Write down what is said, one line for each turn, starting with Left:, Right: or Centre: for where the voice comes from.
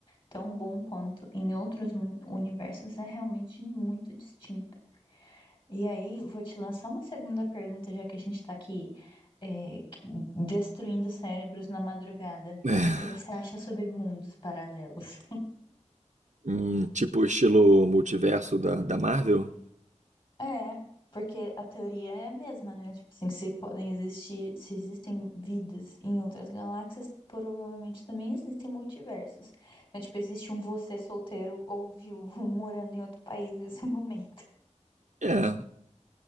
Left: tão bom quanto em outros mu- universos é realmente muito distinto. E aí, vou te lançar uma segunda pergunta, já que a gente tá aqui é, que- destruindo cérebros na madrugada.
Right: É.
Left: O que você acha sobre mundos paralelos?
Right: Hum, tipo estilo multiverso da, da Marvel?
Left: É, porque a teoria é a mesma, né? Tipo assim, se podem existir, se existem vidas em outras galáxias, provavelmente também existem multiversos. Então, tipo, existe um você solteiro ou viúvo <laughs> morando em outro país nesse <laughs> momento.
Right: É.